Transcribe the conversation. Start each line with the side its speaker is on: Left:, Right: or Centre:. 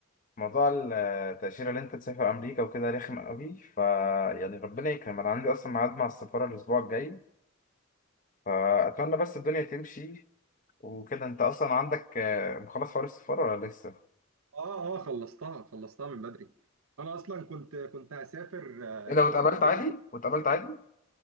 Left: موضوع التأشيرة اللي انت تسافر امريكا وكده رخم قوي ف يعني ربنا يكرم انا عندي اصلا ميعاد مع السفاره الاسبوع الجاي فاتمنى بس الدنيا تمشي وكده انت اصلا عندك آه، مخلص حوار السفاره ولا لسه
Right: اه اه خلصتها خلصتها من بدري انا اصلا كنت كنت هسافر آه،
Left: ايه لو
Right: الفتره
Left: اتقابلت
Right: الجايه
Left: عادي واتقابلت عادي